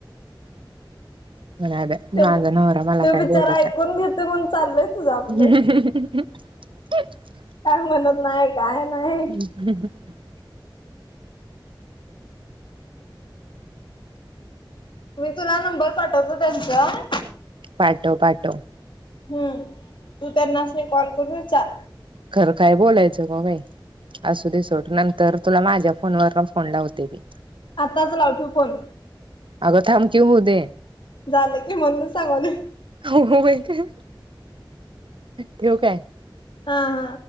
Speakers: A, on the right; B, on the left.
A: नाय बया
B: ते
A: माझा नरा मला
B: तो
A: काय
B: बिचारा
A: बोलत
B: ऐकून
A: नाय.
B: घेतोय म्हणून चाललंय तुझं आपलं
A: <unintelligible>
B: काय म्हणत नाही. काय नाही
A: हम्म हम्म ह.
B: मी तुला नंबर पाठवतो त्यांच
A: पाठव पाठव.
B: हम्म तू त्यां नासने कॉल करून विचार.
A: खर काय बोलायचं मबाई. असू दिस नंतर तुला माझ्या फोनवर फोन लावते मी.
B: आतात लावतु फोन
A: आग थमकीव होऊ दे
B: झालं की म्हणून सांगालोय
A: होई का. ठेव काय.
B: हा हा.